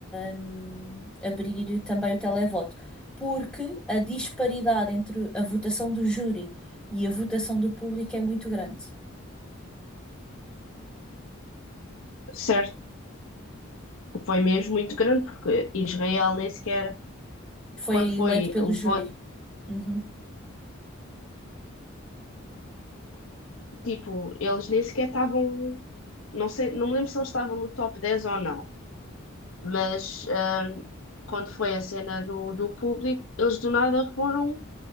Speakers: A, in the centre; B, on the left.
A: hum, abrir também o televoto. Porque a disparidade entre a votação do júri e a votação do público é muito grande.
B: certo. Foi mesmo muito grande, porque Israel nem sequer,
A: Foi
B: quando foi
A: eleito pelo
B: o
A: júri.
B: voto,
A: Uhum,
B: tipo, eles nem sequer estavam, não sei, não me lembro se eles estavam no top 10 ou não. Mas ahm, quando foi a cena do, do público, eles do nada foram